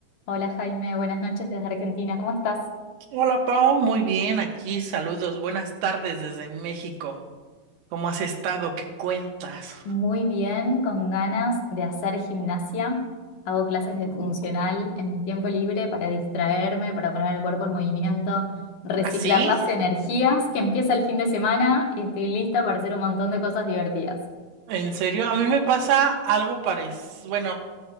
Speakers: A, on the left; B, on the right.
A: Hola Jaime, buenas noches desde Argentina. ¿Cómo estás?
B: Hola Pau, muy bien, aquí saludos, buenas tardes desde México. ¿Cómo has estado? ¿Qué cuentas?
A: Muy bien, con ganas de hacer gimnasia. Hago clases de funcional en mi tiempo libre para distraerme, para poner el cuerpo en movimiento, reciclar
B: ¿Así?
A: las energías que empieza el fin de semana y estoy lista para hacer un montón de cosas divertidas.
B: ¿En serio? A mí me pasa algo parecido, bueno,